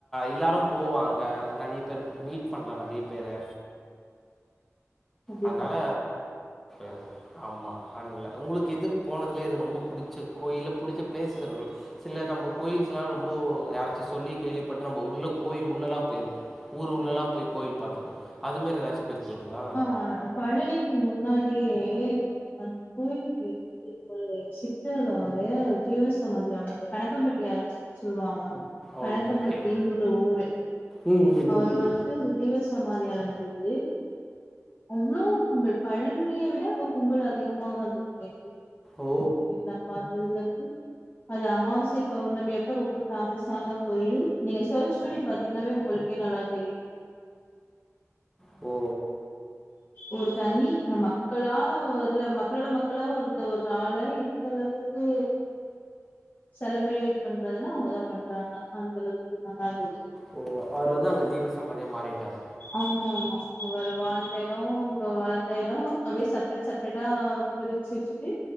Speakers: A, in the centre; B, on the left.
A: எல்லாரும் போவாங்க நிறைய பேர் மீட் பண்ணலாம் நெறைய பேரை
B: கண்டிப்பா
A: அதனால இருக்கு ஆமா <unintelligible> உங்களுக்கு எதுக்கு போனதுலயேது ரொம்ப புடிச்ச கோயில் புடிச்ச பிளேசஸ் இருக்கு சில நம்ம கோயில்ஸ் எல்லாம் ரொம்ப யாராச்சும் சொல்லி கேள்விப்பட்டு நம்ம உள்ள கோயில் உள்ளல்லாம் போயிருப்போம் ஊர் உள்ளல்லாம் போய் கோயில் பாத்துருப்போம் அது மாறி எதாச்சி போயிருக்கிங்களா
B: ஆ பழனிக்கு முன்னாடியே அந்த கோயில் பேரு வந்து ச ஒரு ஜீவ சமாதி கணக்கம்பட்டியாருன்னு சொல்லுவாங்க
A: ஓகே.
B: கணக்கம்பட்டின்ற ஊரு
A: ம், ம்,
B: அவரு
A: ம், ம்.
B: வந்து ஒரு ஜீவசமாதி அடைஞ்சது அவ்ளோ கும்பல் பழனிய விட அங்க கும்பல் அதிகமா வந்தது எனக்குதான்
A: ஓ!
B: பார்த்ததுலக்கு அது அமாவாசை பௌர்ணமிப்ப ரொம்ப ஃபேமஸான கோயில் நீங்க சர்ச் பண்ணி பாத்தீங்கன்னாவே உங்களுக்கே நல்லா தெரியும்
A: ஓ
B: ஒரு தனி ந மக்களா இல்ல மக்களோட மக்களா இருந்த ஒரு ஆளை இந்த அளவு க்கு செலப்ரேட் பண்றதுன்னா அவங்கதான் பண்றாங்க அந்த அளவுக்கு நல்லா இருந்தது
A: ஓ! அவரு வந்து அங்க ஜீவ சமாதியா மாறிட்டார்
B: ஆமா ஆமா ஒருவா இடம் அவங்க வளந்த இடம் அப்படியே செப்பரேட் செப்ரேட்டா பிரிச்சு வச்சுட்டு